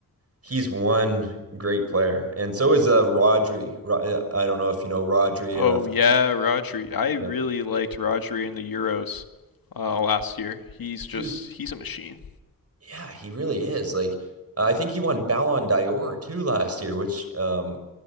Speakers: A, on the right; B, on the left.
A: He's one great player, and so is uh Rodri. Ro- uh, I don't know if you know Rodri.
B: Oh
A: Uh, for,
B: yeah, Rodri. I really
A: yeah.
B: liked Rodri in the Euros uh, last year. He's just
A: He was,
B: he's a machine.
A: yeah, he really is. Like, I think he won Ballon d'Or too last year, which um